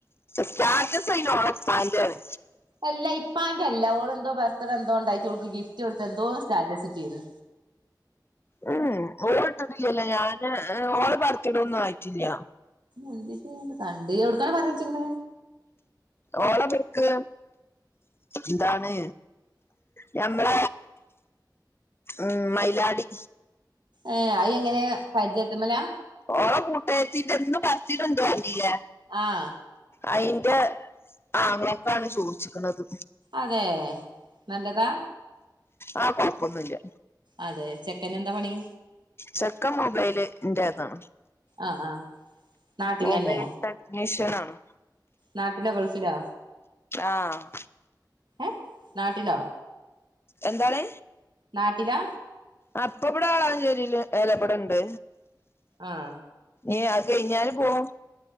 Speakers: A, on the left; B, on the right.
A: സ്റ്റാറ്റസ് അയില് ഓള ഫാന്റാണ്
B: എല്ല ഇപ്പാന്റെ അല്ലാ ഓള എന്തോ ബർത്ത്ഡേ എന്തോ ഒണ്ടായിട്ട് ഓൾക് ഗിഫ്റ്റ് കൊടുത്ത് എന്തോ സ്റ്റാറ്റസ് ഇട്ടീന്ന്
A: ഉം ഓ ഇട്ടട്ടില്ലല്ലേ ഞാന് ഓള് ബർത്തിടൊന്നും ആയിട്ടില്ല
B: എന്നിട്ട് കണ്ട് ഇയ്യ് എവിടുക്കാണ് പറഞ്ഞ് വെച്ചിക്കണ
A: ഓള പിക്ക് എന്താണ് ഞമ്മള ഉം മൈലാടി
B: ഏ അയെങ്ങനെ പരിചയത്ത് മ്മലാ
A: ഓള കൂട്ടാര്ത്തീട്ട എന്നും പറച്ചീട്ടെന്തോ ആയിന്നില്ലെ
B: ആഹ്
A: അയിന്റെ ആങ്ങളെക്കാണ് ചോയിച്ചിക്കണത്
B: അതെ നല്ലതാ
A: ആ കൊഴപ്പൊന്നുല്യ
B: അതെ ചെക്കനെന്താ പണി
A: ചെക്കൻ മൊബൈല് ന്റെതാണ്
B: ആഹ് ആഹ് നാട്ടിലന്നെ
A: മൊബൈൽ ടെക്നീഷ്യൻ ആണോ
B: നാട്ടിലോ ഗൾഫിലോ
A: ആഹ്
B: ഏ നാട്ടിലോ
A: എന്താണ്
B: നാട്ടിലാ
A: അപ്പ ഇവിടെ ആളാ <unintelligible> ടെണ്ട്
B: ആഹ്
A: ഏ അത് കഴിഞ്ഞാല് പോവും